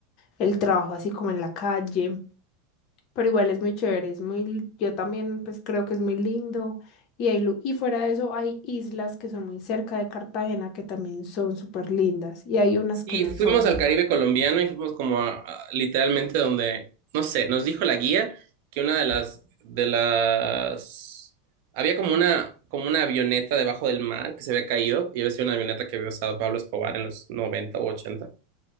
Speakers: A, on the left; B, on the right.
A: el trabajo así como en la calle. Pero igual es muy chévere, es muy, yo también pues creo que es muy lindo. Y, hay, lu- y fuera de eso hay islas que son muy cerca de Cartagena que también son súper lindas y hay unas
B: Sí,
A: que no
B: fuimos
A: son.
B: al Caribe colombiano y fuimos como a- a- literalmente donde, no sé, nos dijo la guía que una de las, de las, había como una, como una avioneta debajo del mar que se había caído y había sido una avioneta que había usado Pablo Escobar en los 90 o 80.